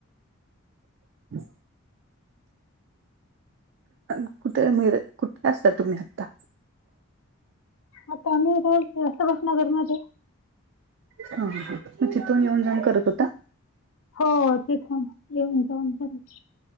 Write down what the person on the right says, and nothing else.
<inaudible> आण कुठ मे कुठे असता तुम्ही आता?
हा हा मी तिथून येऊन जाऊन करत होता?